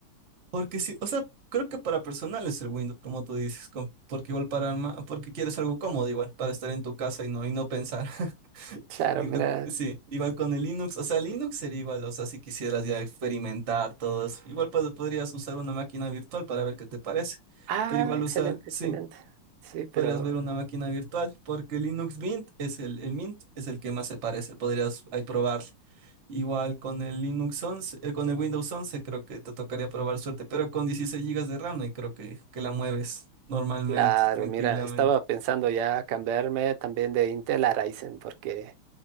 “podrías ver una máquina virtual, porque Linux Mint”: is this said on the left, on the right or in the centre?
Right